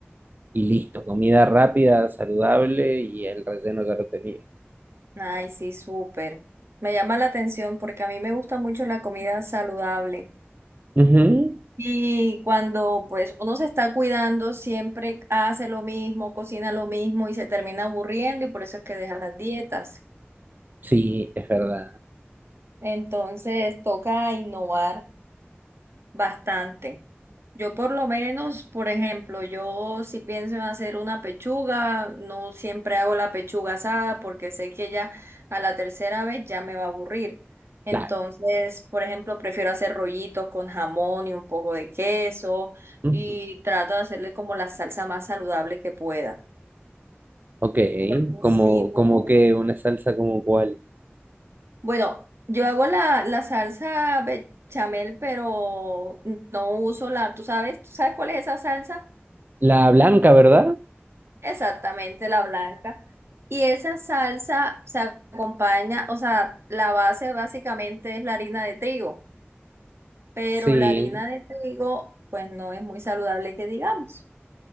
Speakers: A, on the right; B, on the right.
A: y listo. Comida rápida, saludable y el relleno ya lo tenía.
B: Ay, sí, súper. Me llama la atención porque a mí me gusta mucho la comida saludable.
A: Ujú.
B: Y cuando pues uno se está cuidando, siempre hace lo mismo, cocina lo mismo y se termina aburriendo y por eso es que deja las dietas.
A: Sí, es verdad.
B: Entonces toca innovar. Bastante. Yo por lo menos, por ejemplo, yo si pienso en hacer una pechuga, no siempre hago la pechuga asada porque sé que ya a la tercera vez ya me va a aburrir. Entonces,
A: Claro.
B: por ejemplo, prefiero hacer rollitos con jamón y un poco de queso
A: Ujú.
B: y trato de hacerle como la salsa más saludable que pueda.
A: Ok,
B: Porque
A: como,
B: si no,
A: como que una salsa como cuál.
B: bueno, yo hago la, la salsa bechamel, pero no uso la, ¿tú sabes? ¿Tú sabes cuál es esa salsa?
A: La blanca, ¿verdad?
B: Exactamente, la blanca. Y esa salsa se acompaña, o sea, la base básicamente es la harina de trigo, pero
A: Sí,
B: la harina de trigo, pues no es muy saludable que digamos.